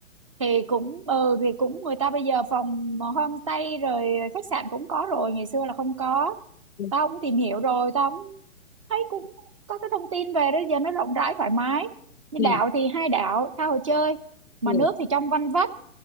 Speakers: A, on the right (about 25°); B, on the left (about 60°).
A: thì cũng ừ thì cũng người ta bây giờ phòng homestay rồi khách sạn cũng có rồi ngày xưa là không có
B: ừ.
A: tao cũng tìm hiểu rồi tao cũng thấy cũng có cái thông tin về đó giờ nó rộng rãi thoải mái như
B: Ừ.
A: đảo thì hai đảo tha hồ chơi mà
B: ừ.
A: nước thì trong vanh vách